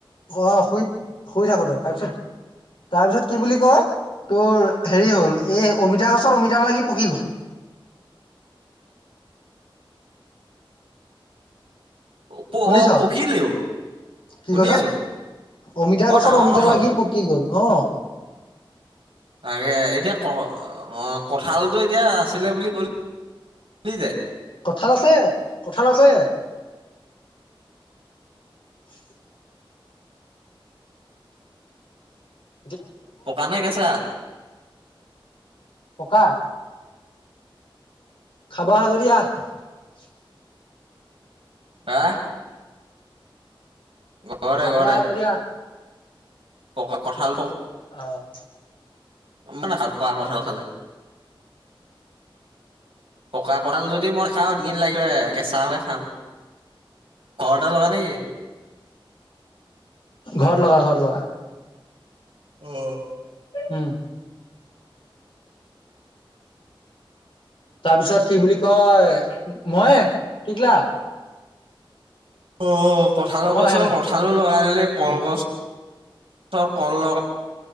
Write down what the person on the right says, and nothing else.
প
অ পকিলেও।
শুনি
আছো
বৰ
ডাঙৰ
কথা
বোলো
তাকে এতিয়া ক অ কঁঠালটো এতিয়া আছিলে বুলি কল যে-
পকা নে কেছা?
হা। ঘৰতে
ঘৰতে
পকা কঠাল
মানে কাল পোৱা কঁঠাল খালে। পকা কঠাল যদি মই খাওঁ। তিদিন লাগিব কেঁচা হলে খাম ঘৰতে লগা নেকি।
অঁ।
অ আহ কঠালৰ
গছৰ
কঠালো লগাই দিলে কলগছ-
চৰ কল লগ